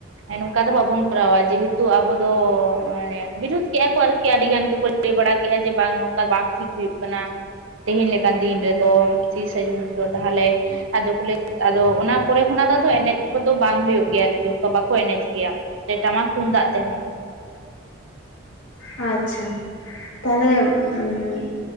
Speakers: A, on the right (about 80°); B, on the left (about 75°).
A: ᱱᱚᱝᱠᱟ ᱫᱚ ᱵᱟᱵᱚᱱ ᱠᱚᱨᱟᱣᱟ ᱡᱮᱦᱮᱛᱩ ᱟᱵᱚ ᱫᱚ ᱢᱟᱱᱮ ᱵᱤᱨᱩᱫ ᱠᱮᱫᱼᱟ ᱠᱚ ᱟᱨᱠᱤ ᱟᱹᱰᱤᱜᱟᱱ ᱜᱮ ᱾ ᱠᱚ ᱞᱟᱹᱭ ᱵᱟᱲᱟ ᱠᱮᱫᱼᱟ ᱡᱮ ᱵᱟᱝ ᱱᱚᱝᱠᱟ ᱵᱟᱝ ᱴᱷᱤᱠ ᱦᱩᱭᱩᱜ ᱠᱟᱱᱟ ᱾ ᱛᱮᱦᱮᱧ ᱞᱮᱠᱟᱱ ᱫᱤᱱ ᱨᱮᱫᱚ ᱛᱤᱥᱟ ᱡᱩᱱ ᱨᱮᱫᱚ, ᱛᱟᱦᱚᱞᱮ ᱟᱫᱚ ᱠᱚ ᱞᱟᱹᱭ ᱟᱫᱚ ᱚᱱᱟ ᱯᱚᱨᱮ ᱠᱷᱚᱱᱟᱜ ᱫᱚ ᱟᱫᱚ ᱮᱱᱮᱡ ᱠᱚᱫᱚ ᱵᱟᱝ ᱦᱩᱭᱩᱜ ᱜᱮᱭᱟ ᱟᱨᱠᱤ ᱚᱝᱠᱟ ᱵᱟᱠᱚ ᱮᱱᱮᱡ ᱜᱮᱭᱟ ᱾ ᱡᱮ ᱴᱟᱢᱟᱠ ᱛᱩᱢᱫᱟᱜ ᱛᱮᱦᱚᱸ ᱾
B: ᱟᱪᱪᱷᱟ ᱛᱟᱦᱚᱞᱮ ᱩᱸᱻ